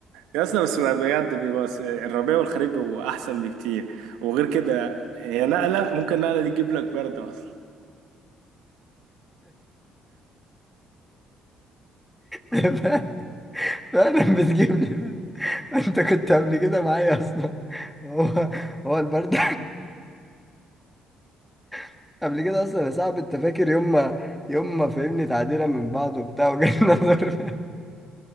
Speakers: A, on the right; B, in the centre.
A: يا اسطى بس بجد بيبقى س- الربيع والخريف بيبقوا احسن بكتير وغير كده هي نقله ممكن نقله دي تجيب لك برد اصلا
B: فعلا فعلا بتجيب لي ده انت كنت قبل كده معايا اصلا هو هو البرد <laughs> قبل كده اصلا يا صاحبي انت فاكر يوم ما يوم ما فهمني تعديلة من بعض وبتاع وجالنا <laughs> دور